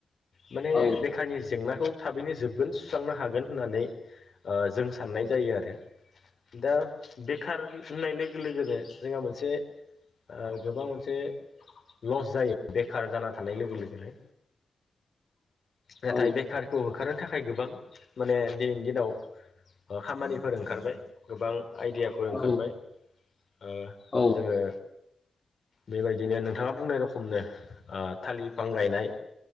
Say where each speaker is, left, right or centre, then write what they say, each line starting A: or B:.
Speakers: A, on the left; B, on the left.
A: माने
B: औ
A: बेखारनि जेंना खौ थाबैनो जोबगोन सुस्रांनो हागोन होननानै ओ जों साननाय जायो आरो दा बेखार होननाय लोगो लोगोनो जोंहा मोनसे ओ गोबां मोनसे लस जायो बेखार जाना थानाय लोगो लोगोनो
B: <inaudible>
A: नाथाय
B: औ
A: बेखारखौ होखारनो थाखाय गोबां माने दिनैनि दिनाव खामानिफोर ओंखारबाय गोबां आइदियाफोर ओंखारबाय
B: औ
A: ओ
B: औ
A: जोङो बेबायदिनो नोंथाङा बुंनाय रखमनो थालिर बिफां गायनाय